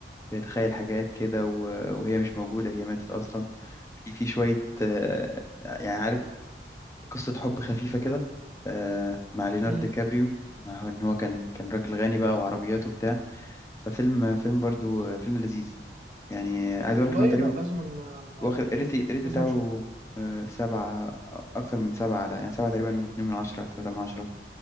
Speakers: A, on the left; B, on the right.
A: بيتخيل حاجات كده و- وهي مش موجودة هي ماتت أصلا في في شوية آه يعني عارف قصة حب خفيفة كده آه مع ليوناردو
B: مم.
A: كابريو مع ان هو كان كان راجل غني بقى وعربياته وبتاع ففيلم فيلم برضو آه، فيلم لذيذ يعني عايز اقول
B: والله
A: لك ان هو تقريبا
B: لا لازم آه،
A: واخد الريت الريت بتاعه
B: لازم نشوفه
A: آه، سبعة أكتر من سبعة على يعني سبعة تقريبا واتنين من عشرة تلاتة من عشرة